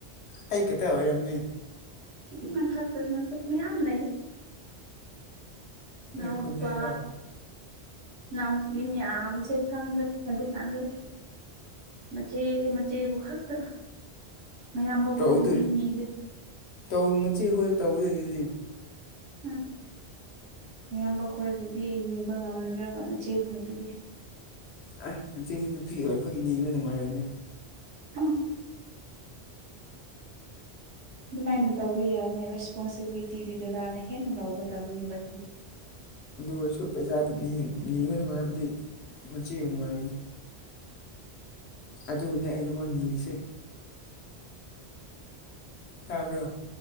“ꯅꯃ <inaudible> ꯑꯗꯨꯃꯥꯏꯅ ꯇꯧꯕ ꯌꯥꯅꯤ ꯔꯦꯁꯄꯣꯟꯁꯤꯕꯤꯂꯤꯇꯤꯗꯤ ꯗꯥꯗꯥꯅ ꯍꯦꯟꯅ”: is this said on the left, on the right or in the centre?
Right